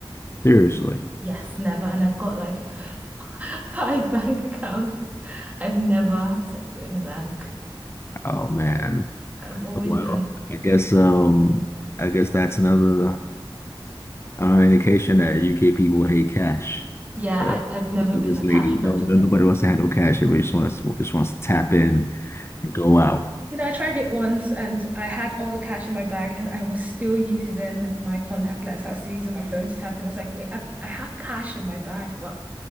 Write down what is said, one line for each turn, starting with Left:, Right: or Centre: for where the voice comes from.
Left: Seriously.
Right: Yes, never. And I've got like <laughs> five bank accounts. I've never stepped foot in a bank.
Left: Oh man.
Right: I've always
Left: Well,
Right: done.
Left: I guess um, I guess that's another. An indication that UK people hate cash.
Right: Yeah,
Left: Yeah.
Right: I, I've never
Left: It's like
Right: been
Left: this
Right: a
Left: lady,
Right: cash
Left: no,
Right: person.
Left: no, nobody wants to have no cash. Everybody just wants to, just wants to tap in and go out.
Right: You know, I tried it once and I had all the cash in my bag and I was still using my contactless. I was still using my phone to tap in. I was like, wait, I've, I have cash in my bag, but